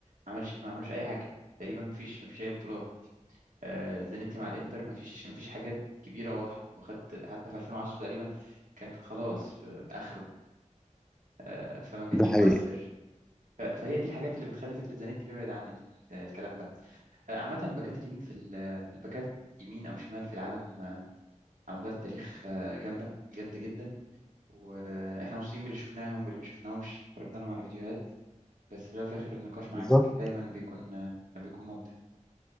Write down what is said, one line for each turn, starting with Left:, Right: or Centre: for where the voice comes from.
Right: ما عملش ما عملوش اي حاجة تقريبا ما فيش ما فيش اي بطولات آه، زانيتي مع الانتر مفيش مفيش حاجات كبيره واضحه وخد حتى في 2010 تقريبا كان خلاص في اخره آه، فما كانش
Centre: ده حقيقي
Right: مؤثر ف- فهي دي الحاجات اللي بتخلي فكره زانيتي بيبعد عن ال- الكلام ده آه، عامه الباكات اليمين في ال- الباكات يمين او شمال في العالم آه، على مدار التاريخ آه، جامده جامده جدا واحنا مبسوطين باللي شفناهم واللي ما شفناهم اتفرجنا لهم على فيديوهات بس في الاول وفي الاخر النقاش
Centre: بالظبط
Right: معاك دايما بيكون آه، بيكون ممتع